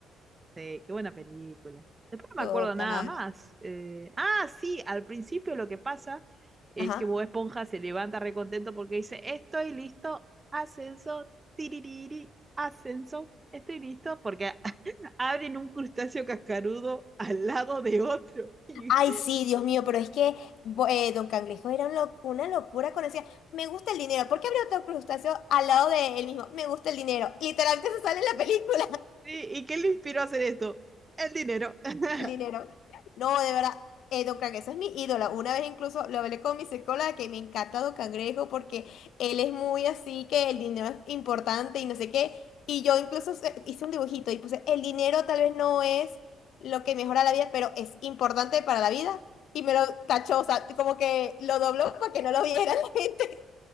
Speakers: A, on the right (about 25°); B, on the left (about 75°).
A: Sí, qué buena película. Después no
B: Total.
A: me acuerdo nada más. Eh, ah, sí, al principio lo que pasa es
B: Ajá.
A: que Bob Esponja se levanta recontento porque dice, estoy listo, ascenso, tiririri, ascenso, estoy listo, porque <laughs> abren un crustáceo cascarudo al lado de otro. <laughs> ¿Y,
B: Ay,
A: sí,
B: sí, Dios mío, pero es que bo- eh, Don Cangrejo era un lo- una locura cuando decía, me gusta el dinero. ¿Por qué habría otro crustáceo al lado de él mismo? Me gusta el dinero. Literalmente se sale en la película.
A: y qué le inspiró a hacer esto? El dinero. <laughs>
B: El dinero. No, de verdad, eh, Don Cangrejo es mi ídolo. Una vez incluso lo hablé con mi psicóloga que me encanta Don Cangrejo porque él es muy así que el dinero es importante y no sé qué. Y yo incluso se- hice un dibujito y puse, el dinero tal vez no es lo que mejora la vida, pero es importante para la vida. Y me lo tachó, o sea, como que lo dobló para que no lo viera la gente.